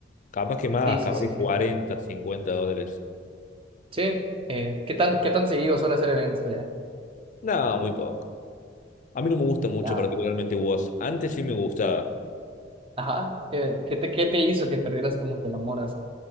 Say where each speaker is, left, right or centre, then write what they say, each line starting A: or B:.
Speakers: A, on the left; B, on the right.
A: Capaz que más,
B: Sí, sí,
A: capaz
B: sí,
A: que
B: sí.
A: 40, 50 dólares.
B: Sí, eh, ¿qué tan, qué tan seguido suele hacer eventos
A: No, muy poco. A mí no me gusta mucho
B: allá?
A: particularmente vos. Antes sí me gustaba.
B: Ajá, ¿qué, qué te, qué te hizo que perdieras como que el amor a eso?